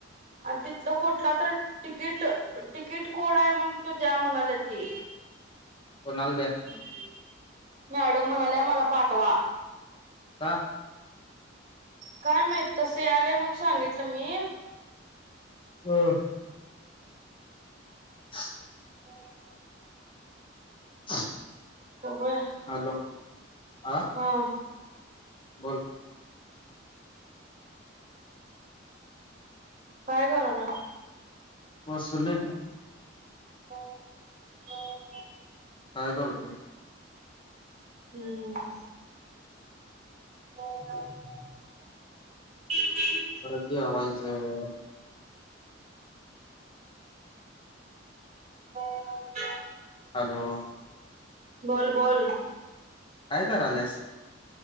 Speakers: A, on the right; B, on the left.
A: आणि तिथलं कुठला तरी तिकीट- तिकीट कोड आहे, म्हणून तो द्या म्हणाले ते.
B: कोणाल द्या
A: ह्म. मॅडम म्हणाल्या आम्हांला पाठवा.
B: का?
A: काय माहित तसे आले म्हणुन सांगितलं मी.
B: ह <inaudible>
A: <inaudible>
B: <inaudible>
A: बगूया.
B: हॅलो, आं.
A: हा.
B: बोल.
A: <inaudible> काय कराला?
B: बसुले
A: <inaudible>
B: काय करुते?
A: हम्म. <inaudible>
B: परत जेवायचं.
A: <inaudible>
B: हॅलो?
A: बोल-बोल.
B: काय करायल्यास?